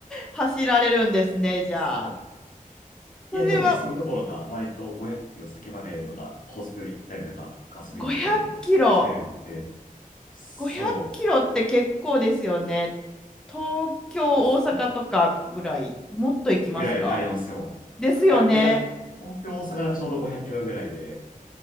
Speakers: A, in the centre; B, on the left (about 70°).
A: 走られるんですね、じゃあ。
B: <laughs> そう。
A: それは、
B: いや、でも、それどころか、
A: うん、
B: 割と500キロ先までとか、高速で行ったりとか、ガスで行ったりもしてるんで、
A: 500キロ。
B: そ
A: 500キロって結構ですよね。東京、
B: う。ですね。
A: 大阪とかぐらい、もっと行きますか
B: ぐらいありますよ。
A: ですよね。
B: あ、いや、東京、大阪がちょうど500キロぐらいで、